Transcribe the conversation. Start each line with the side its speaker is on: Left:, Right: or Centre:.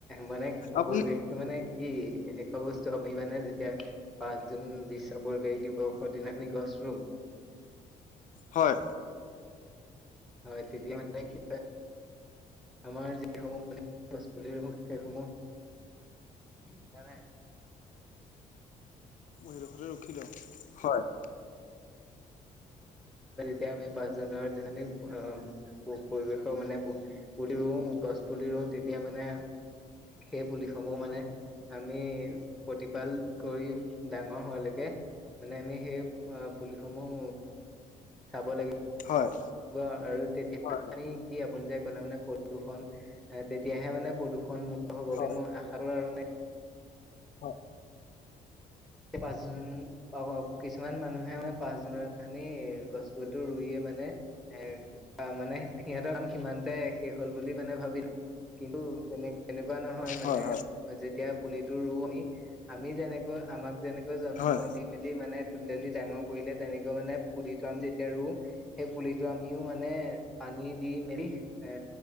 Centre: মানে পৰিৱেশটো
Left: আপুনি
Centre: মানে কি এনেকুৱা বস্তু আমি মানে যেতিয়া পাঁচ জুন বিশ্ব পৰিৱেশ দিৱসৰ দিনা আমি গছ ৰুওঁ
Left: হয়।
Centre: হয় তেতিয়া মানে কি আমাৰ যি সমূহ মানে গছ পুলি সেইসমূহ হয় নাই
Left: এইদুখৰটে ৰখি ল হয়।
Centre: এতিয়া আমি পাঁচ জুনৰ দিনাখি অ পৰিৱেশৰ মানে পুলি ৰুও গছ পুলি ৰুওঁ তেতিয়া মানে সেই পুলিসমূহ মানে আমি প্ৰতিপাল কৰি ডাঙৰ হোৱালৈকে মানে আমি সেই অ পুলিসমূহ চাব লাগি
Left: হয়
Centre: আৰু তেতিয়া
Left: হয়
Centre: মানি কি আপোন যে, মানে প্ৰদূষণ তেতিয়াহে মানে প্ৰদূষণ মুুক্ত হ'ব বুলি
Left: হয়
Centre: মই আশা কৰো আৰু
Left: হয়।
Centre: পাঁচ জুন <unintelligible> অ অ কিছুমান মানুহে মানে পাঁচ জুনৰ নাখনি গছ পোলিতো ৰুইয়ে মানে এ অ মানে সিহঁতৰ কাম সিমানতে শেষ হল বুলি মানে ভাবি লয়, কিন্তু তেনে তেনেকুৱা নহয় মানে
Left: হয় হয়
Centre: যেতিয়া পুলিটো ৰু আমি আমি যেনেকৈ আমাক যেনেক জন্ম
Left: হয়
Centre: দি মেলি মানে তুললি ডাঙৰ কৰিলে তেনেকৈ মানে পুলিটো আমি যেতিয়া ৰুওঁ সেই পুলিটো আমিও মানে মানে পানী দি মেলি এ